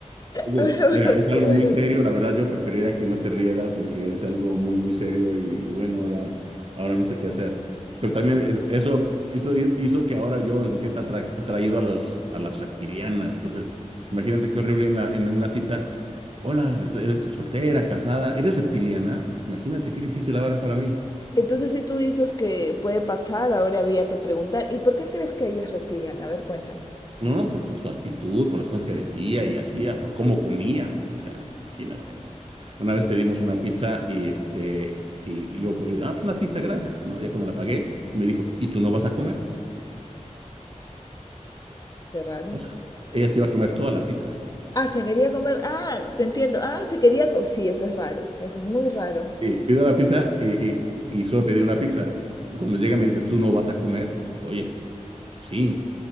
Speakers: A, on the right; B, on the left.
A: Oye,
B: <laughs> Bueno,
A: mira, es algo
B: Chévere.
A: muy serio, la verdad yo preferiría que no te rieras porque es algo muy, muy serio y, y bueno, ahora, ahora no sé qué hacer. Pero también es- eso, eso hi- hizo que ahora yo me sienta atra- atraído a los, a las reptilianas. Entonces, imagínate qué horrible en la, en la- una cita. Hola, eres soltera, casada, eres reptiliana. Imagínate qué difícil ahora para mí.
B: Entonces, si tú dices que puede pasar, ahora habría que preguntar, ¿y por qué crees que ella es reptiliana? A ver, cuéntame.
A: No, por, por su actitud, por las cosas que decía y hacía, por cómo comía. O sea, imagínate, ¿no? Una vez pedimos una pizza y este, y yo, co- ah, pues una pizza, gracias, ¿no? Ya cuando la pagué, me dijo, ¿y tú no vas a comer?
B: Qué raro.
A: O sea, ella se iba a comer toda la pizza.
B: Ah, se quería comer. Ah, te entiendo. Ah, se quería comer. Sí, eso es raro. Eso es muy raro.
A: Y pido la pizza eh, eh, y, solo pedí una pizza. Y cuando llega me dice, ¿tú no vas a comer? O- Oye, pues, pues sí.